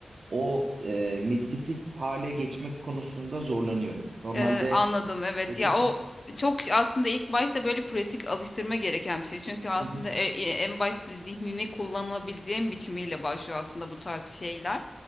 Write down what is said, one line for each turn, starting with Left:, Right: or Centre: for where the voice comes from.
Right: o e, meditatif hale geçmek konusunda zorlanıyorum. Normalde
Left: Ee, anladım evet
Right: meditatif
Left: ya o çok aslında ilk başta böyle pratik alıştırma gereken bir şey. Çünkü aslında
Right: Hı hı,
Left: e- e- en başta zihnini kullanabileceğin biçimiyle başlıyor aslında bu tarz şeyler.